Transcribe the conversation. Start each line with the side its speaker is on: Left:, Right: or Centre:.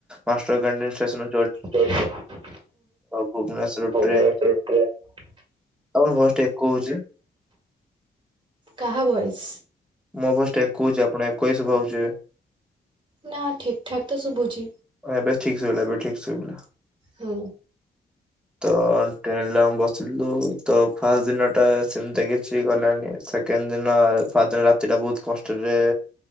Centre: ମାଷ୍ଟର କ୍ୟାଣ୍ଟିନ ଷ୍ଟେସନ
Right: ତ ସେଠି।
Centre: ଭୁବନେଶ୍ୱର ଟ୍ରେନ
Right: <unintelligible>
Centre: ଆପଣ ଭଏସ ଟା ଇକୋ ହଉଛି।
Right: କାହା ଭଏସ?
Centre: ମୋ ଭଏସ ଟା ଇକୋ ହଉଛି ଆପଣ ଏକୋଇ ଶୁଭା ହଉଚି।
Right: ନା ଠିକ୍ ଠାକ୍ ତ ଶୁଭୁଛି।
Centre: ଏବେ ଠିକ ଶୁଭିଲା ଏବେ ଠିକ ଶୁଭିଲା।
Right: ହୁଁ।
Centre: ତ ଟ୍ରେନରେ ଆମେ ବସିଲୁ ତ ଫାର୍ଷ୍ଟ ଦିନ ଟା ସେମିତି କିଛି ଗଲାନି ସେ କେଣ୍ଡ ଦିନ ଫାର ଦିନ ରାତି ଟା ବହୁତ କଷ୍ଟରେ।